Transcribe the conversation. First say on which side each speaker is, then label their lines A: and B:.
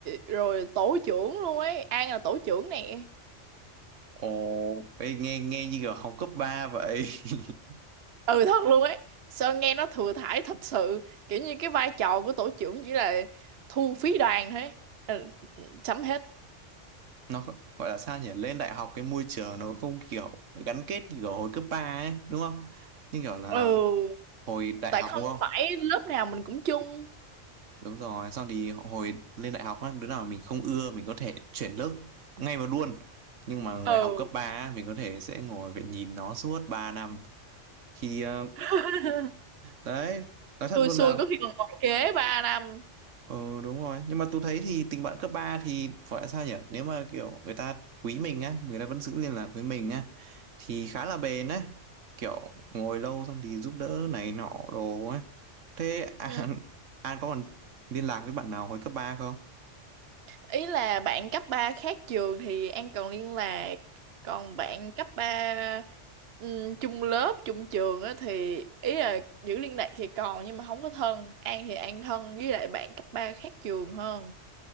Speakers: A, on the right; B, on the right.
A: rồi tổ trưởng luôn ấy. An là tổ trưởng nè.
B: ồ ê, nghe nghe như kiểu học cấp 3 vậy <laughs>
A: ừ thật luôn ấy Sơn nghe nó thừa thãi thật sự kiểu như cái vai trò của tổ trưởng chỉ là thu phí đoàn thôi ấy. ừ, chấm hết
B: nó kh- gọi là sao nhỉ lên đại học cái môi trường nó không kiểu gắn kết như kiểu hồi cấp 3 ấy đúng không nhưng kiểu là
A: ừ
B: hồi đại
A: tại
B: học
A: không
B: đúng không
A: phải lớp nào mình cũng chung
B: đúng rồi sau thì hồi lên đại học á đứa nào mình không ưa mình có thể chuyển lớp ngay vào luôn nhưng mà người
A: ừ
B: học cấp 3 á, mình có thể sẽ ngồi phải nhìn nó suốt 3 năm khi ờ,
A: <laughs>
B: đấy nói thật
A: xui
B: luôn
A: xui
B: là
A: có khi còn ngồi kế ba năm
B: Ừ đúng rồi Nhưng mà tôi thấy thì tình bạn cấp 3 thì Phải là sao nhỉ Nếu mà kiểu người ta quý mình á Người ta vẫn giữ liên lạc với mình á Thì khá là bền á Kiểu ngồi lâu xong thì giúp đỡ này nọ đồ á Thế <laughs> An
A: ừ.
B: An có còn liên lạc với bạn nào hồi cấp 3 không
A: ý là bạn cấp 3 khác trường thì An còn liên lạc còn bạn cấp ba ừ, chung lớp chung trường á thì ý là giữ liên lạc thì còn nhưng mà không có thân An thì An thân với lại bạn cấp 3 khác trường hơn